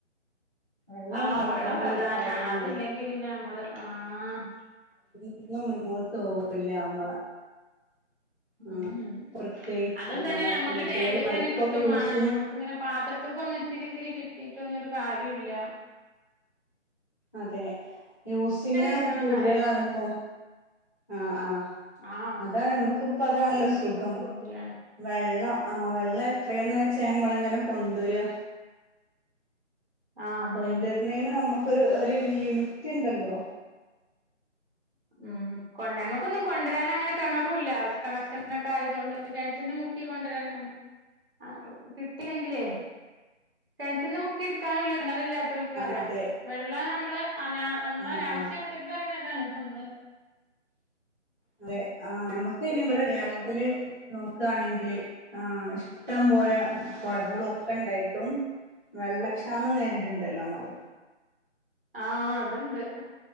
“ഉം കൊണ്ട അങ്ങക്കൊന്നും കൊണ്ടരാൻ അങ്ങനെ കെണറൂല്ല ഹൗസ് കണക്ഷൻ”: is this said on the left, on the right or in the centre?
Right